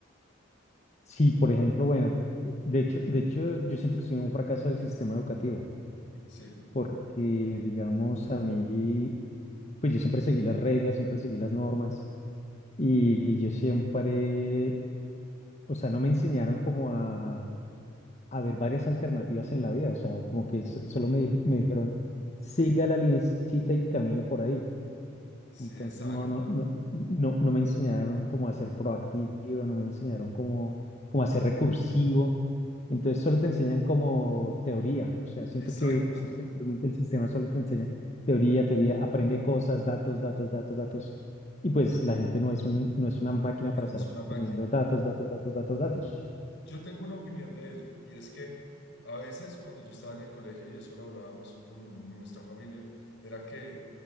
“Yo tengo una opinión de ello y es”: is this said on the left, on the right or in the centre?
Left